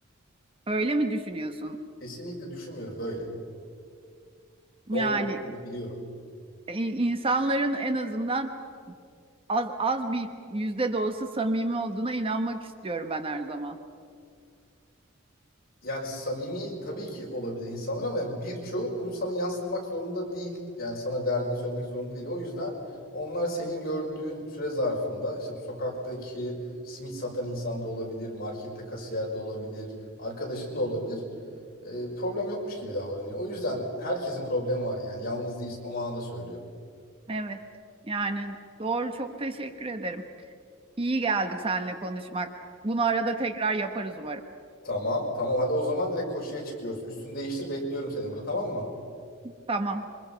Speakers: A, on the right (about 25°); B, on the left (about 45°).
A: Öyle mi düşünüyorsun?
B: Kesinlikle düşünmüyorum böyle. Doğru
A: Yani
B: olduğunu biliyorum.
A: e, insanların en azından az az bir yüzde de olsa samimi olduğuna inanmak istiyorum ben her zaman.
B: yani samimi tabii ki olabilir insanlar ama yani birçoğu bunu sana yansıtmak zorunda değil. Yani sana derdini söylemek zorunda değil. O yüzden onlar senin gördüğün süre zarfında işte sokaktaki simit satan insan da olabilir, markette kasiyer de olabilir, arkadaşın da olabilir. Ee, problem yokmuş gibi davranıyor. O yüzden herkesin problemi var yani. Yalnız değilsin. O manada söylüyorum.
A: Evet. Yani doğru. Çok teşekkür ederim. İyi geldik seninle konuşmak. Bunu arada tekrar yaparız umarım.
B: Tamam, tamam. Hadi o zaman direkt koşuya çıkıyoruz. Üstünü değiştir, bekliyorum seni burada, tamam mı?
A: Tamam.